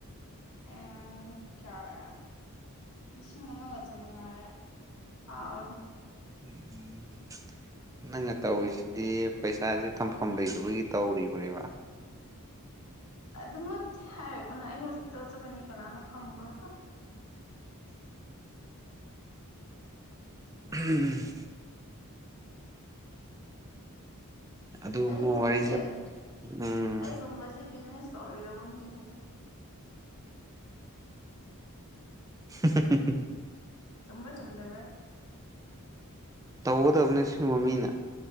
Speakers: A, on the left; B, on the right.
A: ꯎꯝ ꯆꯂ ꯂꯤꯁꯤꯡ ꯑꯃꯒ ꯆꯃꯉꯥꯔꯥꯎꯅꯦ
B: ꯎꯝ ꯅꯪꯅ ꯇꯧꯔꯤꯁꯤꯗꯤ ꯄꯩꯁꯥꯁꯦ ꯊꯝꯐꯝ ꯂꯩꯇꯕꯒꯤ ꯇꯧꯔꯤꯕꯅꯦꯕ
A: ꯑꯗꯨꯃꯛꯇꯤ ꯍꯥꯏꯔꯀꯅ ꯑꯩ ꯍꯣꯁꯄꯤꯇꯥꯜ ꯆꯠꯒꯅꯤ ꯀꯅꯥꯅ ꯈꯪꯕ꯭ꯔꯥ
B: ꯎꯝ ꯎꯝ ꯑꯗꯨꯒꯨꯝꯕ
A: ꯑꯩꯒꯨꯝꯕꯁꯦ
B: ꯋꯥꯔꯤꯁꯦ ꯎꯝ
A: ꯑꯩꯒꯨꯝꯕꯁꯦ ꯕꯤꯖꯤꯅꯦꯁ ꯇꯧꯔꯣꯏꯗꯧꯕ ꯃꯤꯅꯦꯗ
B: ꯍꯦ
A: ꯆꯨꯝꯕ꯭ꯔꯥ ꯆꯨꯝꯗꯕ꯭ꯔꯥ
B: ꯇꯧꯒꯗꯕꯅꯦ ꯁꯤꯒꯨꯝꯕ ꯃꯤꯅ